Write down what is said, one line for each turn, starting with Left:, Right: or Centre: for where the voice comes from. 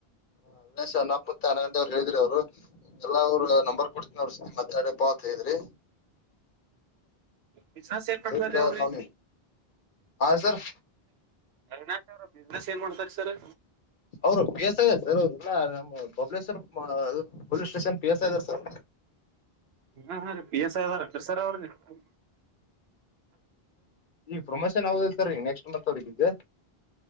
Left: ಹಲ್ಲ ಸ ನಪ್ಪತ್ ಆನ್ನ ಅವ್ರು ಹೇಳ್ರಿ ಅವರು ಎಲ್ಲ ಅವ್ರು ನಂಬರ್ ಕೊಡ್ತಿ ಅವರತ್ರ ಮಾತಾಡ್ರಪ್ಪ ಅಂತ ಹೇಳಿದ್ರಿ
Right: ಬಿಸ ಸಏರ್ಪ
Left: ಅದಕ್ಕ
Right: ರ ಅವ್ರೀ
Left: ನಾವ್ ಹಾ ಸರ್
Right: ಅವಿನಾಶ್ ಅವರ ಅವಿನಾಶ್ ಬಿಸ್ನೆಸ್ ಏನ್ ಮಾಡ್ತಾರೆ ಸರ್
Left: ಅವರು ಬಿ ಎಸ್ ಸರ ಅವರು ಎಲ್ಲ ನಮ್ಮ Babaleshwar police station P S sir
Right: ಹ್ಮ ರೀ ಪಿ ಎಸ್ ದ ಅೀರ್ ಸರ್ ಅವ್ರ <unintelligible>
Left: ಈಗ ಪ್ರೊಮೋಷನ್ ಯಾವದ ಸರ್ ಈಗ ನೆಕ್ಸ್ಟ್ ಮತ್ ಅವ್ರಗ